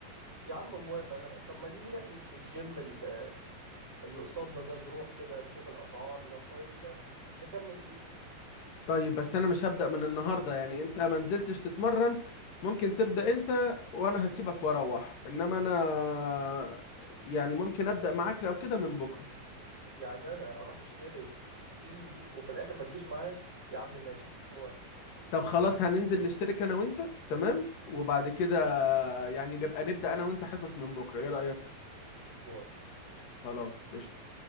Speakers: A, on the right (about 15°); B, on the left (about 65°).
A: يا عم موافق أنا طب ما نيجي نحجز في الجيم اللي اللي قصادنا ده نروح كده نشوف الأسعار لو كويسة نكمل فيه
B: طيب بس انا مش هبدأ من النهارده يعني انت ما نزلتش تتمرن ممكن تبدأ انت وانا هسيبك واروح انما انا يعني ممكن أبدأ معاك لو كده من بكره
A: يعني انا اروح اشترك فيه وفي الاخر ما تجيش معايا يا عم ماشي موافق
B: طب خلاص هننزل نشترك انا وانت تمام وبعد كده يعني نبقى نبدأ انا وانت حصص من بكره ايه رأيك
A: موافق
B: خلاص قشطة